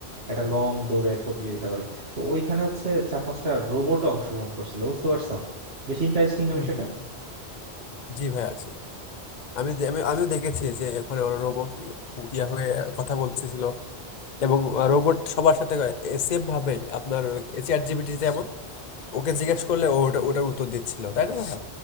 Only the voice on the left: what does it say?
হুম
হুম হুম। জি ভাই আছি আমি দে- আমি আমিও দেখেছি যে ওখানে ওরা রোবট ইয়া হয়ে কথা বলতেছিল এবং রোবট সবার সাথে সেম ভাবে আপনার চ্যাট জিপিটি যেমন ওকে জিজ্ঞেস করলে ও ওটা ওটার উত্তর দিচ্ছিল তাই না ভাইয়া